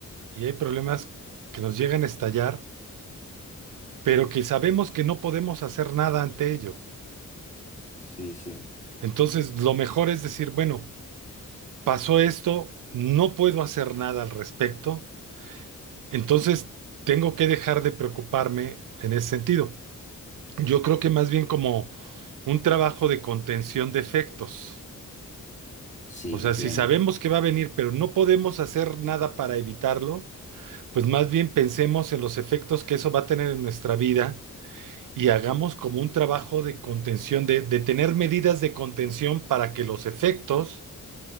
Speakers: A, on the right; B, on the left.
A: y hay problemas que nos llegan a estallar, pero que sabemos que no podemos hacer nada ante ello.
B: Sí, sí.
A: Entonces, lo mejor es decir, bueno, pasó esto, no puedo hacer nada al respecto, entonces tengo que dejar de preocuparme en ese sentido. Yo creo que más bien como un trabajo de contención de efectos.
B: Sí,
A: O sea,
B: entiendo.
A: si sabemos que va a venir, pero no podemos hacer nada para evitarlo, pues más bien pensemos en los efectos que eso va a tener en nuestra vida y hagamos como un trabajo de contención, de, de tener medidas de contención para que los efectos